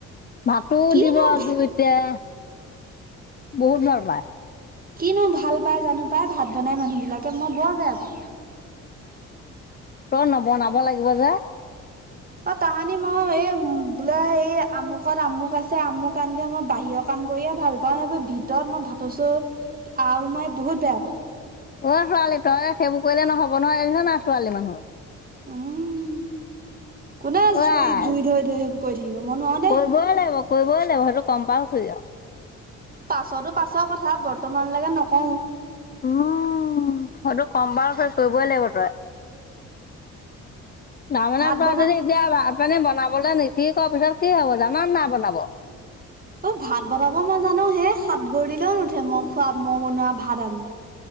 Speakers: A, on the left (about 30°); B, on the right (about 30°).
A: ভাতো
B: কিনো
A: দিব আজ
B: ভা
A: এতিয়া বহুত বাল পায়।
B: কিনো ভাল পাই জানো, পাই ভাত বনাই মানুহ বিলাকে মই বৰ বেয়া পাওঁ।
A: ত, নবনাব লাগিব যে।
B: অ, তাহানি মই এই বোলে এই আমুকত, আমুক আছে, আমুক আনকে মই বাহিৰৰ ক কাম কৰিয়ে ভাল পাও। এইব ভিতৰত মই ভাতছো আৰু মই বহুত বেয়া পাওঁ।
A: অ, ছোৱালী তই সেইবোৰ কৰিলে নহ'ব নহয়। এ, নহয় ন, ছোৱালী মানুহ
B: উম, কোনে
A: অ
B: জুই,
A: আই
B: জুই, ধৈ, ধুই সেইবোৰ। কৰি থাকিব মই নোৱাৰো দেই।
A: কৰিবই লাগিব, কৰিবই লাগিব সেইটো কম পাও ফ
B: পাছতো পাছৰ কথা বৰ্তমানলৈকে নকওঁ।
A: উম, সতো কম বাৰক কৰিবই লাগিব। তই তানে
B: ভাত
A: ত,
B: বনা
A: যদি এতিয়া পনি বনাবলৈ নিঠি ক, পিছত কি হ'ব জানা না বনাব। <inaudible>
B: ত, ভাত বনাব নাজানো হেই সাতগৰি দিলেও নুঠে মই খোৱা মই বনোৱা ভাত, আঞ্জা।